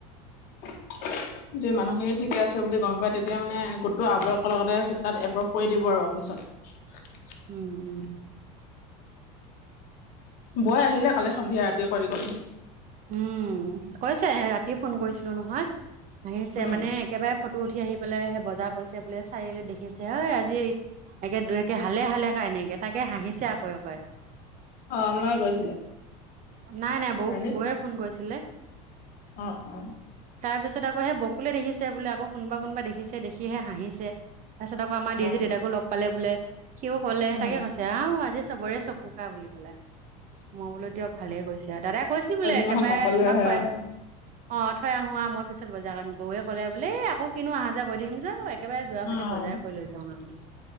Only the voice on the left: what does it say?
<inaudible> যদি মানুহখিনি ঠিকে আছে বুলি গম পায়, তেতিয়া মানে গোটটো আপলোড কৰাৰ লগতে তাত এপ্ৰোভ কৰি দিব আৰু অফিচত। <inaudible>
বৌ আহিলে, কালি সন্ধিয়া ৰাতি কৰি গলহি।
উম,
অ আপালোকে গৈছিলে।
চাৰিআলিত?
অ অ।
অ',
উম,
সেইদিনাখন
অকলে
আহে
আকৌ।
অ',